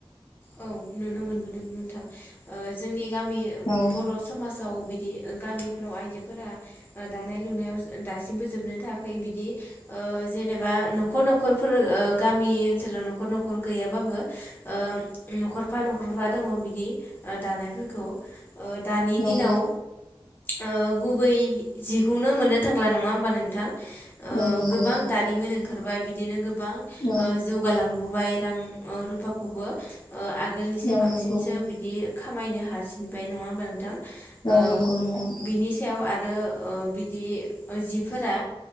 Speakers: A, on the left; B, on the left.
A: औ नुनो मोनबोदों नोंथां। ओ जोंनि गामि
B: औ
A: बर' समाज अ बिदि गामिफोराव आइजोफोरा दानाय लुनायाव दासिमबो जोबनो थांआखै बिदि जेनेबा नखर न'खरफोर गामि ओनसोलाव न'खर न'खर गैयाबाबो ओ न'खरफा न'खरफा दङ बिदि दानायफोरखौ दानि
B: औ
A: दिनाव, ओ गुबै जिखौनो मोननो थांला नङा होमबा नोंथां? ओ
B: औ नंगौ
A: गोबां दारिमिन ओखारबाय बिदिनो गो गोबां
B: औ
A: ओ जौगालांबो बाय रां ओ रुफाखौबो ओ आगोलनिसाय
B: औ
A: बांसिनसो
B: नंगौ
A: बिदि खामायनो हासिनबाय नङा होमबा नोंथां? ओ
B: औ नंगौ नोंथां
A: बिनि सायाव आरो ओ बिदि जिफोरा